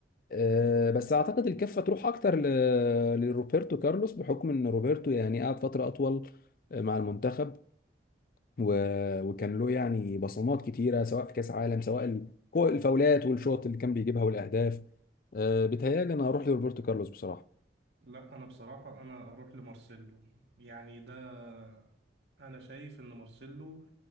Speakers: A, on the left (about 50°); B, on the right (about 75°).
A: آه، بس أعتقد الكفة تروح أكتر ل- لروبرتو كارلوس بحكم إن روبرتو يعني قعد فترة أطول آه، مع المنتخب و- وكان له يعني بصمات كتيره سواء في كاس عالم سواء ال- كو- الفاولات والشوط اللي كان بيجيبها والاهداف آه، بيتهيألي انا هروح لروبرتو كارلوس بصراحه
B: لا انا بصراحه انا اروح لمارسيلو يعني ده انا شايف ان مارسيلو